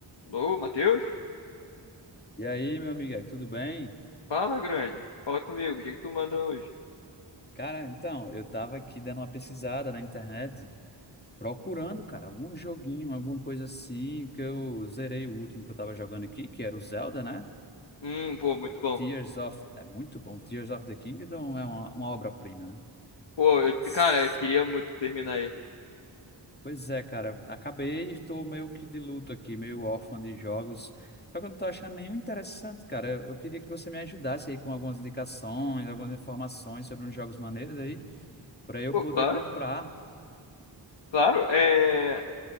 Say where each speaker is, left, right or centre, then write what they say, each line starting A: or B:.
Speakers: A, on the left (about 70°); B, on the left (about 20°).
A: Alô, Matheus?
B: E aí, meu amigo, tudo bem?
A: Fala, grande. Fala comigo. O que que tu manda hoje?
B: Cara, então, eu tava aqui dando uma pesquisada na internet, procurando, cara, algum joguinho, alguma coisa assim, que eu zerei o último que eu tava jogando aqui, que era o Zelda, né?
A: Hum, pô, muito bom.
B: Tears of... É muito bom, Tears of the Kingdom é uma, uma obra-prima, né?
A: Pô, eu-
B: S-
A: cara, eu queria muito terminar aí.
B: Pois é, cara, acabei, e estou meio que de luto aqui, meio órfão de jogos, só que eu não tô achando nenhum interessante, cara. Eu eu queria que você me ajudasse aí com algumas indicações, algumas informações sobre uns jogos maneiros aí, para eu
A: Pô,
B: poder
A: claro,
B: comprar
A: claro. É...